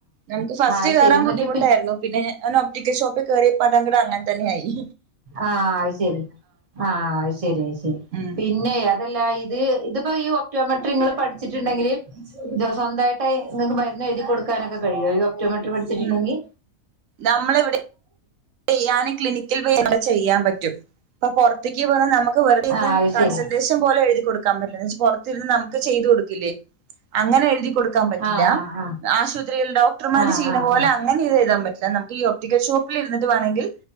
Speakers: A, on the right; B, on the right.
A: നമുക്ക് ഫസ്റ്റ്
B: ആ അത്
A: കേറാൻ
B: ശരി എന്നിട്ട്.
A: ബുദ്ധിമുട്ടായിരുന്നു പിന്നെ ഞാൻ ഒപ്ടിക്കൽ ഷോപ്പിൽ കയറിയപ്പോ അത് അങ്ങനെ തന്നെയായി
B: ആഹ് അയ്ശരി ആഹ് അയ് ശരി അയ് ശരി
A: ഉം
B: പിന്നെ അതല്ല ഇത് ഇതിപ്പോ ഈ ഒക്ടോമെട്രി ങ്ങള് പഠിച്ചിട്ടുണ്ടെങ്കില് സ്വന്തായിട്ടഅ് ഇങ്ങക്ക് മരുന്ന് എഴുതി കൊടുക്കാനൊക്കെ കഴിയോ? ഒക്ടോമെട്രി പടിച്ചിട്ടുണ്ടെങ്കി?
A: ഉം നമ്മളെ ചെയ്യാന് ക്ലിനിക്കിൽ ബെ ചെയ്യാൻ പറ്റും. ഇപ്പൊ പുറത്ത്ക്ക്ന്ന് പറഞ്ഞാ നമുക്ക് ഇവിടെയിരുന്ന്
B: ആഹ് അത്
A: കണ്‍സല്‍ട്ടേഷൻ
B: ശരി
A: ഇത് പോലെ എഴുതി കൊടുക്കാൻ. പറ്റില്ല. പുറത്തിന്ന് നമുക്ക് ചെയ്ത് കൊടുക്കില്ലേ അങ്ങനെ എഴുതി കൊടുക്കാൻ പറ്റില്ല
B: ആഹ് ആഹ്
A: ആശുപത്രിയിൽ ഡോക്ടർമാർ
B: ആഹ്
A: ചെയ്യ്ണ
B: ആഹ്
A: പോലെ അങ്ങനെ ഇത് എഴ്താൻ പറ്റില്ല നം ഈ ഒപ്റ്റിക്കൽ ഷോപ്പിൽ ഇരിന്നിട്ട് വേണങ്കി